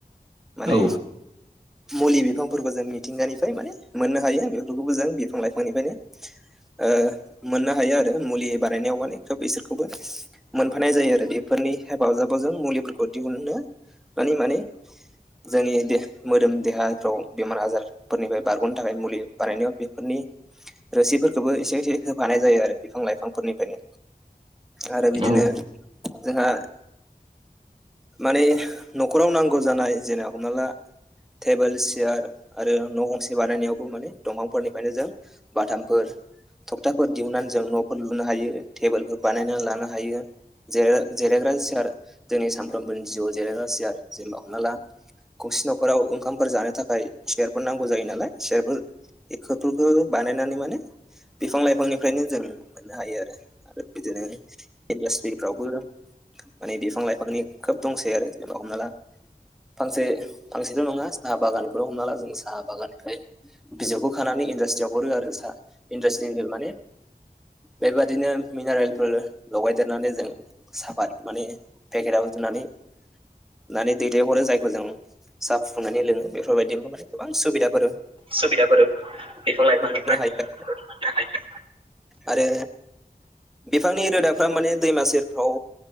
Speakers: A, in the centre; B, on the right.
A: माने
B: औ औ
A: मुलि बिफां फोरबो जों मिथिंगानिफ्राय माने मोननो हायो बेफोरखौबो जों बिफां लाइफांनिफ्रायनो ओ मोननो हायो आरो मुलि बानायनायाव माने खोब बिसोरखौबो मोनफानाय जायो आरो बेफोर नि हेफाजाब जों मुलिफोरखौ दिहुननो मानि माने जोंनि देह मोदोम देहाफ्राव बेमार आजारफोरनिफ्राय बारग'नो थाखाय मुलि बानायनायाव बेफोरनि रोसिफोरखौबो एसे एसे होफा नाय जायो आरो बिफां लाइफांफोरनिफ्रायनो आरो बिदिनो
B: औ
A: जोंहा <inaudible> माने न'खराव नांगौ जानाय जेने हमना ला टेबोल सियार आरो न' गंसे बानायनायावबो माने दंफांफोरनिफ्रायनो जों बाथामफोर थखथाफोर दिहुननानै जों न'फोर लुनो हायो टेबोलफोर बानायनानै लानो हायो। जिराय जिरायग्रा सियार जोंनि सामफ्रामबोनि जिउआव जिरायग्रा सियार जेनबा हमना ला गंसे न'खराव ओंखामफोर जानो थाखाय सियारफोर नांगौ जायो नालाय सियारफोरफोरखौ बानायनानै माने बिफां लाइफांनिफ्रायनो जों मोननो हायो आरो आरो बिदिनो इडास्ट्रिफ्रावबो माने बिफां लाइफांनि खोब दंसै आरो जेनेबा हमना ला फांसे- फांसेथ' नङा साहा बागानफोराव हमना ला जों साहा बागाननिफ्राय बिजौखौ खानानै इनडास्ट्रियाव हरो आरो साहा इनडासट्रिफ्राय माने बेबायादिनो मिनारेलफोर लगायदेरनानै जों साफात माने पेकेटव जो नानै-नानै दैथायहरो जायखौ जों साहा फुुंदुंनानै लोङो बेफोरबायदिखौ गोबां सुबिदाफोर
B: सुबिदाफोर बिफां लाइफांनिफ्राय
A: मोननो
B: ओ
A: हायो
B: मोननो हायो।
A: आरो बिफांनि रोदाफ्रा माने दैमा सेरफ्राव